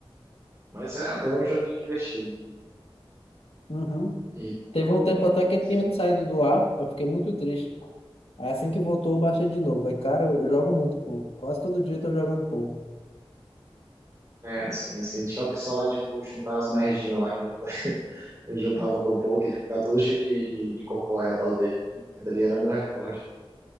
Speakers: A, on the right (about 30°); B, on the left (about 80°).
A: Mas é, é um joguinho divertido.
B: Uhum.
A: E
B: Teve um tempo até que ele
A: sim,
B: tinha saído do ar, eu fiquei muito triste. Aí, assim que voltou, eu baixei de novo. Aí, cara, eu eu jogo muito Pou. Quase todo dia eu tô jogando Pou.
A: é, sim, assim, tinha a opção lá de tu juntar as merdinhas lá que eu, <laughs> eu juntava no pouco, ele ficava todo cheio de, de, de cocô ao redor dele. Que dali era meu recorde.